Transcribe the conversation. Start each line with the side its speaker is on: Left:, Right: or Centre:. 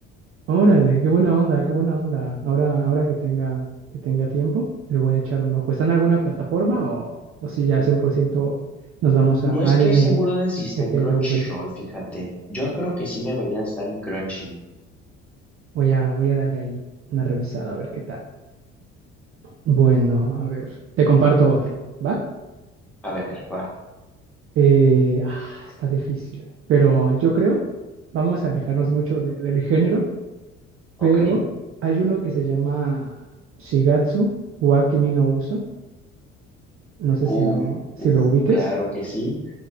Right: Órale, qué buena onda, qué buena onda. Ahora, ahora que tenga, que tenga tiempo, le voy a echar un ojo. ¿Está en alguna plataforma o, o si ya 100% nos vamos
Centre: No
Right: a
Centre: estoy
Right: anime
Centre: seguro de si está
Right: FLV?
Centre: en Crunchyroll, fíjate. Yo creo que sí debería de estar en Crunchy.
Right: Voy a, voy a darle ahí una revisada a ver qué tal. Bueno, a ver, te comparto otro, ¿va?
Centre: A ver, va.
Right: Eh, ah, está difícil, pero yo creo, vamos a alejarnos mucho de- del género,
Centre: Ok.
Right: pero hay uno que se llama Shigatsu wa Kimi no Uso. No sé si
Centre: Uf,
Right: lo, si
Centre: uf,
Right: lo ubiques.
Centre: claro que sí.